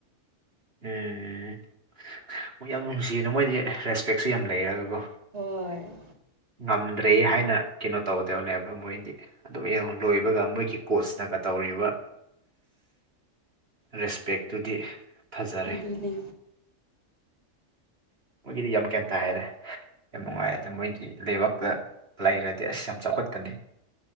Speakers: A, on the right; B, on the right.
A: ꯎꯝ ꯎꯝ ꯍꯣꯏ ꯌꯥꯝ ꯅꯨꯡꯁꯤꯌꯦꯅ ꯃꯣꯏꯗꯤ ꯔꯦꯁꯄꯦꯛꯁꯨ ꯌꯥꯝ ꯂꯩꯔꯒꯀꯣ
B: ꯍꯣꯏ
A: ꯉꯝꯗ꯭ꯔꯦ ꯍꯥꯏꯅ ꯀꯩꯅꯣ ꯇꯧꯗꯕꯅꯦꯕ ꯃꯣꯏꯗꯤ ꯑꯗꯨꯒ ꯌꯦꯡꯉꫭ ꯂꯣꯏꯕꯒ ꯃꯣꯏꯒꯤ ꯀꯣꯁꯇꯒ ꯇꯧꯔꯤꯕ
B: <inaudible>
A: ꯔꯦꯁꯄꯦꯛꯇꯨꯗꯤ ꯐꯖꯔꯦ
B: ꯑꯗꯨꯅꯦ
A: ꯃꯣꯏꯒꯤꯗꯤ ꯌꯥꯝ ꯒꯌꯥꯟ ꯇꯥꯏꯅꯦ ꯌꯥꯝ ꯅꯨꯡꯉꯥꯏꯔꯦꯗ ꯃꯣꯏꯗꯤ ꯀꯩꯕ ꯂꯩꯔꯗꯤ ꯑꯁ ꯌꯥꯝ ꯆꯥꯎꯈꯠꯀꯅꯤ